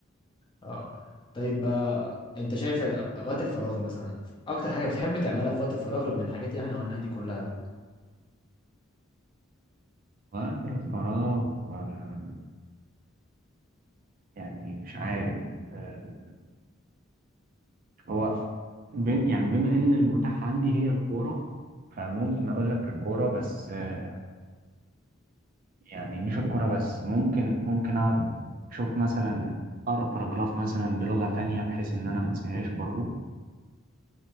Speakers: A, on the left; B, on the right.
A: أه طيب آه، أنت شايف ال- أوقات الفراغ مثلا أكتر حاجة بتحب تعملها في وقت الفراغ من الحاجات اللي إحنا قلناها دي كلها دي؟
B: وقت الفراغ آه، يعني مش عارف آه، هو ب- يعني بما ان المتاح عندي هي الكوره فممكن اقول لك الكوره بس آه، يعني مش الكوره بس ممكن ممكن اقعد اشوف مثلا اقرا باراجراف مثلا بلغه تانية بحيث ان انا ما انساهاش برضو